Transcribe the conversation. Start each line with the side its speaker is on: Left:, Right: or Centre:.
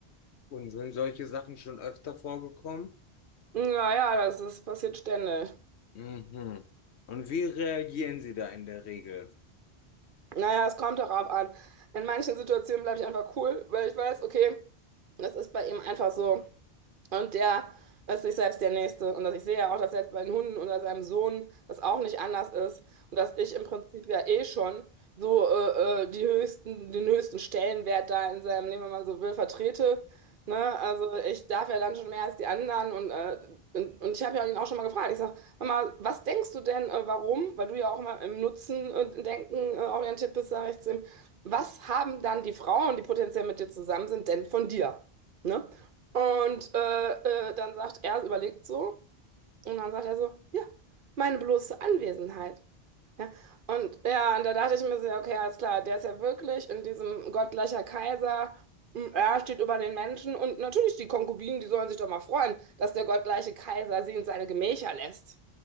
Left: Und sind solche Sachen schon öfter vorgekommen?
Right: Naja, das ist, passiert ständig.
Left: Mhm. Und wie reagieren Sie da in der Regel?
Right: Naja, es kommt darauf an. In manchen Situationen bleibe ich einfach cool, weil ich weiß, okay, das ist bei ihm einfach so. Und der ist sich selbst der Nächste. Und dass ich sehe ja auch, dass selbst bei den Hunden oder seinem Sohn das auch nicht anders ist. Und dass ich im Prinzip ja eh schon so äh, äh, die höchsten, den höchsten Stellenwert da in seinem Leben, wenn man so will, vertrete. Ne? Also ich darf ja dann schon mehr als die anderen. Und, äh, und, und ich habe ja ihn auch schon mal gefragt. Ich sage, Mama, was denkst du denn, äh, warum? Weil du ja auch immer im Nutzen und Denken äh, orientiert bist, sage ich zu ihm. Was haben dann die Frauen, die potenziell mit dir zusammen sind, denn von dir? Ne? Und äh, äh, dann sagt er, überlegt so, und dann sagt er so, ja, meine bloße Anwesenheit. Ja. Und ja, und da dachte ich mir so, ja, okay, alles klar, der ist ja wirklich in diesem gottgleicher Kaiser, m, er steht über den Menschen und natürlich die Konkubinen, die sollen sich doch mal freuen, dass der gottgleiche Kaiser sie in seine Gemächer lässt.